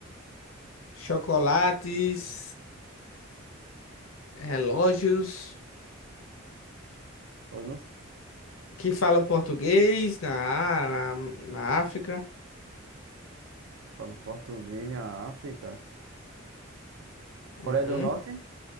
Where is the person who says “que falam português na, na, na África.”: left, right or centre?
Left